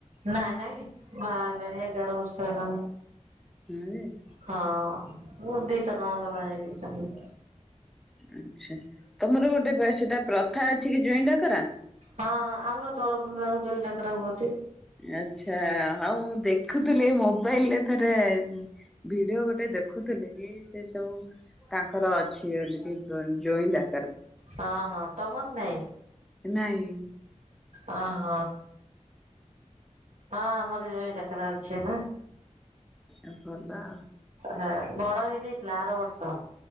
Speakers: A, on the right (about 70°); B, in the centre.
A: ନାଇଁ ନାଇଁ ବାହାହେଲାଣି ଏଗାର ବର୍ଷ ହେଲାଣି।
B: ହୁଁ।
A: ହଁ ମୁ ଦିଟା ନଣନ୍ଦ ବାହା ହେଇଯାଇଛନ୍ତି।
B: ଆଛା। ତମର ଗୋଟେ ପା ସେଟା ପ୍ରଥା ଅଛି କି ଜ୍ୱାଇଁ ଡାକରା?
A: ହଁ ହଁ ଆମର ଦୋଳ ପୂର୍ଣ୍ଣିମାକୁ ଜୋଇଁ ଡାକରା ହୁଅତି।
B: ଆଚ୍ଛା ହଉ ମୁଁ ଦେଖୁଥିଲି ଏଇ ମୋବାଇଲରେ ଥରେ ଭିଡିଓ ଗୋଟେ ଦେଖୁଥିଲି କି ସେ ସବୁ ତାଙ୍କର ଅଛି ବୋଲିକି ଦୋନ୍ ଜୋଇଁ ଡା
A: ହଁ ହଁ ତମନ ନାଇଁ?
B: ନାଇଁ।
A: ଅହଁ ହଁ ଆମର ଜୋଇଁ ଡାକେରା ଅଛି ନା।
B: ଅ ଭଲ।
A: ହ ବଡ ହେଇଯାଇଥିଲା ଆର ବର୍ଷ।